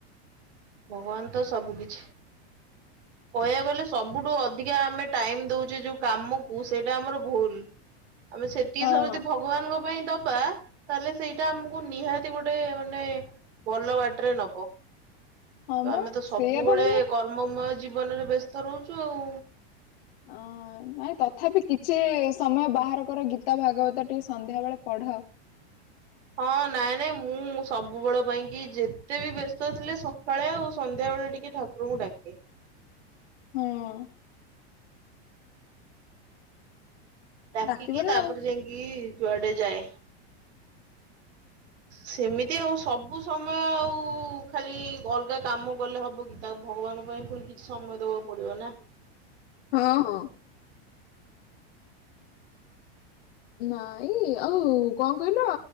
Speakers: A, on the right; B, on the left.
A: ଭଗବାନ ତ ସବୁ କିଛି। କହିବାକୁ ଗଲେ ସବୁଠୁ ଅଧିକା ଆମେ ଟାଇମ୍ ଦଉଚେ ଯୋଉ କାମକୁ ସେଇଟା ଆମର ଭୁଲ୍। ଆମେ ସେତିକି
B: ହଁ
A: ସମୟ ଭଗବାନଙ୍କ ପାଇଁ ଦବା। ତାହେଲେ ସେଇଟା ଆମକୁ ନିହାତି ଗୋଟେ ମାନେ ଭଲ ବାଟରେ ନବ।
B: ହଁ
A: ତ
B: ବା
A: ଆମେ ତ ସବୁବେଳେ
B: ସେଇଆ ବା ମୁଁ
A: କର୍ମମୟ ଜୀବନରେ ବ୍ୟସ୍ତ ରହୁଛୁ ଆଉ।
B: ଅ ନାଇଁ ତଥାପି କିଛି ସମୟ ବାହାର କର ଗୀତା ଭାଗବତ ଟିକେ ସନ୍ଧ୍ୟା ବେଳେ ପଢ଼।
A: ହଁ ନାଇଁ-ନାଇଁ ମୁଁ ସବୁବେଳ ପାଇଁ କି ଯେତେବି ବ୍ୟସ୍ତ ଥିଲେ ସକାଳେ ଆଉ ସନ୍ଧ୍ୟାବେେଳେ ଟିକେ ଠାକୁ ରଙ୍କୁ ଡାକେ।
B: ହୁଁ।
A: ଡାକିକି
B: ଡାକିବ
A: ତାପରେ
B: ନା ଆଉ
A: ଯାଇକି ଯୁଆଡେ ଯାଏ! ସେମିତି ଆଉ ସବୁ ସମୟ ଆଉ ଖାଲି ଅଲଗା କାମ କଲେ ହବ କି ତା ଭଗବାନଙ୍କ ପାଇଁ ପୁଣି କିଛି ସମୟ ଦବାକୁ ପଡିବ ନା।
B: ହଁ ହଁ। ନାଇଁ ଆଉ କଣ କହିଲ